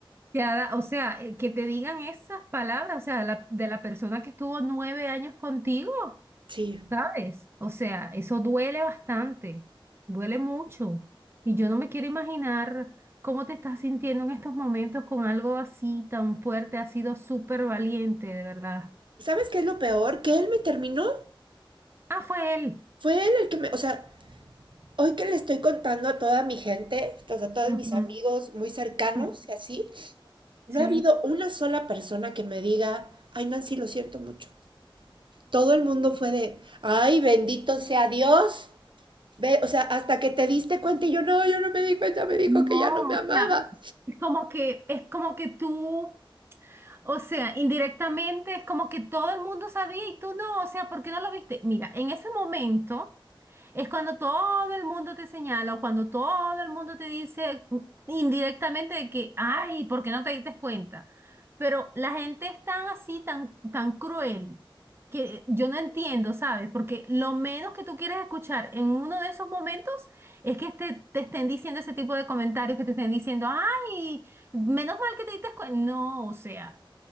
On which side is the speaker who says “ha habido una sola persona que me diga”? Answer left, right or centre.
Right